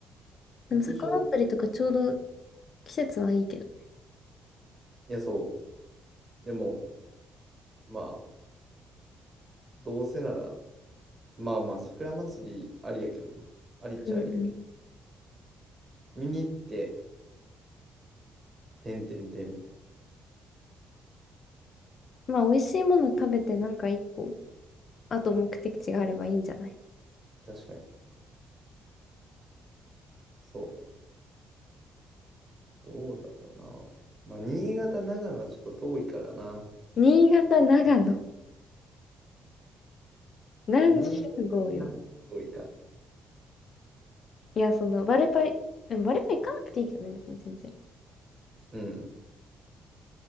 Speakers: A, on the right; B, on the left.
A: 牧場、
B: でも魚釣りとかちょうど季節はいいけど。
A: いや、そう。でも、まあ、どうせなら、まあまあ、桜祭りありやけどな。ありっちゃありやけど。
B: うんうん。
A: 見に行って、てんてんてんみたい
B: まあ、美味しいもの食べてなんか一個、あと目的地があればいいんじゃない
A: な。確かに。そうね。どうだろうな。まあ、新潟、長野はちょっと遠いからな。
B: 新潟、長野。何時集合よ。
A: 新潟、長野は遠いか。
B: いや、その、バレパイ、でもバレパイ行かなくていいけどね、別に全然。
A: うん。